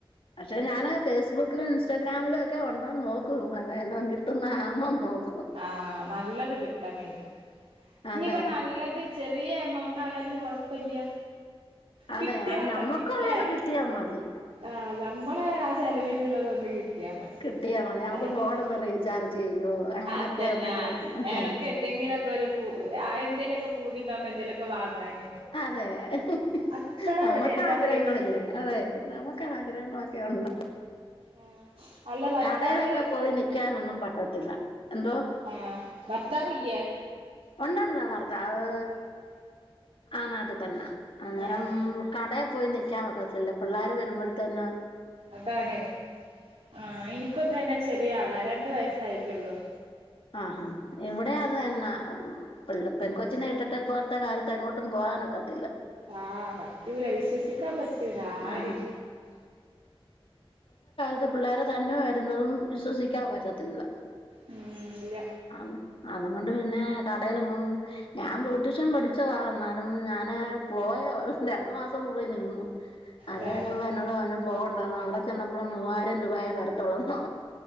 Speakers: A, on the left (about 65°); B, on the right (about 80°).
A: പക്ഷെ ഞാന് ഫേസ്ബുക്കിലും ഇൻസ്റ്റാഗ്രാമിലും ഒക്കെ ഉണ്ടോന്ന് നോക്കും അതേയതോ കിട്ടുന്ന ആണോ നോക്
B: ആഹ് നല്ലത് കിട്ടണേ. ഇനിപ്പ
A: അതെ
B: നല്ലത് ചെറിയ എമൗണ്ടായാലും കൊഴപ്പില്ല്യ
A: അതെ
B: കിട്ടിയാ
A: അത്
B: മതി
A: നമ്മുക്കുള്ളത്
B: ല്ലേ
A: കിട്ടിയാ മതി
B: ആഹ് ല നമ്മളെ ആ ചെലവിനുള്ളതൊന്ന് കി ട്ട്യാ മതി.
A: കിട്ടിയാ മതി നമുക്ക്
B: അയിനിപ്പോ.
A: ഫോൺ ഒന്ന് റീചാർജ് ചെയ്യോ അങ്ങനൊക്കെ
B: അതന്നെ
A: ഒന്ന്
B: ആ ഹ് എടക്ക് എന്തെങ്കി എന്തെങ്കിലൊക്കെ ഒരു പൂ, ആഹ് എന്തേലൊക്കെ പൂതിണ്ടാകുമ്പോ എന്തേലൊക്കെ വാങ്ങാന്
A: അതെ ഹ്
B: അത്ര
A: ഹ്ഹ് നമ്മക്ക്
B: മതി അല്ലാതെ
A: ആഗ്രഹങ്ങളല്ലേ
B: വല്
A: അതെ നമ്മുക്ക് ആഗ്രഹങ്ങളൊ ഉണ്ട്
B: ആഹ് അല്ല ഭർത്താവ്
A: കടയിലൊക്കെ പോയി നിക്കാനൊന്നും പറ്റത്തില്ല എന്തോ
B: ആ ഭർത്താവില്യേ
A: ഒണ്ടല്ലോ ഭർ ഭാവ് ആ നാട്ടിൽ തന്നെ അന്നേരം
B: ആഹ്
A: കട പോയി നിൽക്കാൻ നിക്കത്തില്ല പിള്ളോര് വരുമ്പോഴത്തന്നെ
B: അതാണ് ആ എനിക്കും തന്നെ ചെറിയ ആളാ രണ്ട് വയസ് ആയിട്ടുള്ളൂ
A: ആഹാ ഹാ ഇവിടെ അത് തന്നെ പെൻ കൊച്ചിനെ ഇട്ടിട്ടപ്പോ ഇത്തെ കാലത്ത് എങ്ങോട്ടും പോകാനൊക്കെ ഒക്കത്തില്ല
B: ആ പറ്റൂല വിശ്വസിക്കാൻ പറ്റും ആരെയും
A: ആ അത് പിള്ളേരെ തന്നെ വരുന്നതും വിശ്വസിക്കാൻ പറ്റത്തില്ല
B: ഉം ഇല്ല
A: ആണോ അതൊണ്ട് പിന്നെ കടയിലങ്ങും ഞാൻ ബ്യൂട്ടീഷൻ പഠിച്ചതാ ന്നാലും ഞാന് പോയ രണ്ടു മാസം മുമ്പ് നിന്നു അതെ
B: വേറെ
A: ഞ എന്നോട് പറഞ്ഞ പോകണ്ട അവിടെ ചെന്നപ്പോഴ മൂവായിരം രൂപെയ തരത്തുള്ളന്നു